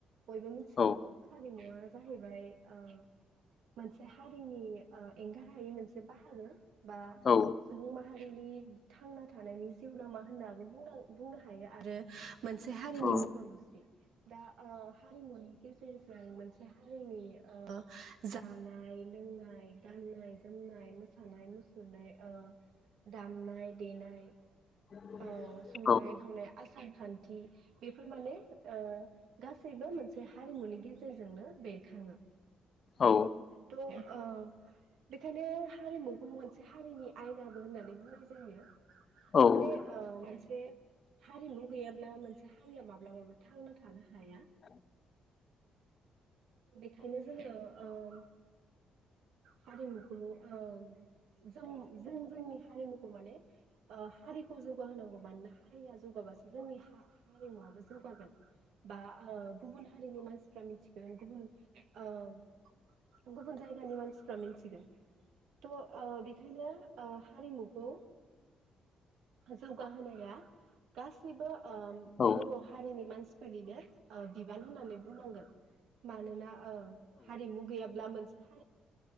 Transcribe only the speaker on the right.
बयबो मिथिखागौ
हारिमुवा जाहैबाय ओ मोनसे हारिनि ओ एंगार हायि मोनसे बाहागो बा
सुबुं माहारिनि थांना थानायनि जिउ लामा होननाबो बुंनां बुंनो हायो आरो मोनसे हारिनि
महर मुस्रि दा ओ हारिमुनि गेजेरजों मोनसे हारिनि ओ जानाय लोंनाय गाननाय जोमनाय मोसानाय मुसुरनाय ओ दामनाय देनाय
ओ संनाय खावनाय <unintelligible> सानखान्थि बेफोर माने ओ गासैबो मोनसे हारिमुनि गेजेरजोंनो बेरखाङो
त' अ बेखायनो हारिमुखौ मोनसे हारिनि आयनाबो होननानै बुंनाय जायो
माने ओ मोनसे हारिमु गैया ब्ला मोनसे हारिया माब्लाबाबो थांना थानो हाया
बेखायनो जोङो ओम हारिमु ओम जों जों जोंनि हारिमुखौ माने ओ हारिखौ जौगा होनांगौ मानोना हारिया जौगाबासो जोंनि हा हारिमुआबो जौगागोन। बा ओ गुबुन हारिनि मानसिफ्रा मिथि गुबुन ओ गुबुन जायगानि मानसिफ्रा मिथिगोन थ ओ बेखायनो ओ हारिमुखौ जौगाहोनाया गासैबो। ओम
बर हारिनि मानसि फोरनिनो ओ बिबान होननानै बुंनांगोन मानोना ओं हारिमु गैयाब्ला मोनसे हारि